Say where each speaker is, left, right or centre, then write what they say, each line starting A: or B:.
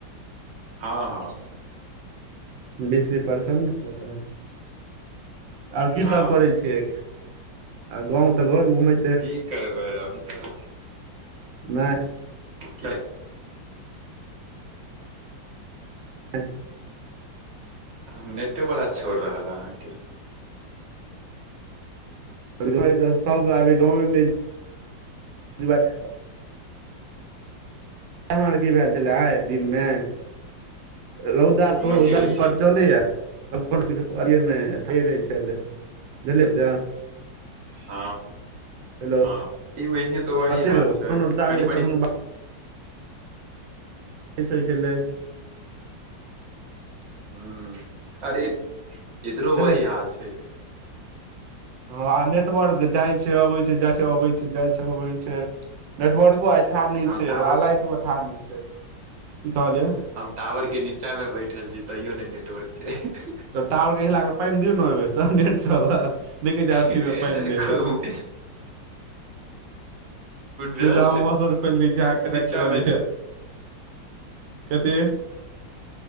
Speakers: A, on the right; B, on the right.
A: हऽ हऽ
B: <inaudible> बिस्फी प्रखंड
A: हम्म,
B: पता और की
A: हँ
B: सब करे छियै <inaudible> आ गाँव तऽ घर घूमे
A: की करबै अभी तऽ
B: नए
A: <inaudible>
B: हे <inaudible>
A: ह नेटे बरा छोड़ रहल अहाँके
B: हमरा <inaudible> तरफ सब गाँव मे <inaudible> ऐम्हर की भेल छले आइ दिन में रौदा <inaudible> खूब
A: कथी
B: रौदा
A: भेल
B: <inaudible>
A: छै
B: बात चलैया <inaudible>
A: हँ
B: हेलो
A: हँ यो एनहू तऽ वही
B: कते
A: हाल
B: यौ कखनो
A: छै
B: रौदा
A: कनि
B: होइ छै
A: मनी
B: कखनो किस सब छलै
A: ह अरे इधरो
B: <inaudible>
A: वही हाल छै
B: हँ आ नेटवर्क जाइ छै अबै छै जाय छै अबै छै जाय छै अबै छै नेटवर्को आइ आथ नय
A: हम
B: छै
A: टावर
B: आ लाइट थाह नय छै की कहलियै
A: हम टावर के नीचा में बैठल छी तैयो ने नेटवर्क छै
B: तऽ टावर के हिलाके पाइन दिय ने ओय में तहन ने नेट चलत नय कह आरथी
A: ए,
B: मे पाइन द
A: खूब
B: ल
A: जस्ट
B: नय तऽह खोल दै छी अहाँ कनेक्ट
A: नीचा
B: कऽ कलिय
A: मे
B: कथि